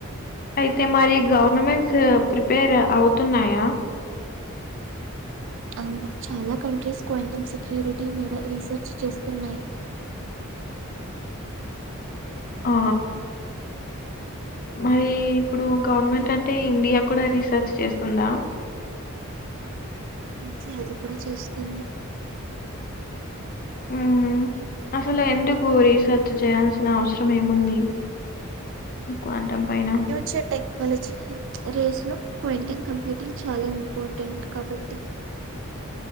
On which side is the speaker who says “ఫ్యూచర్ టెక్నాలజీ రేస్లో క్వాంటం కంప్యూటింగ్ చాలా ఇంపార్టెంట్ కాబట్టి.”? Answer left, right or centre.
Right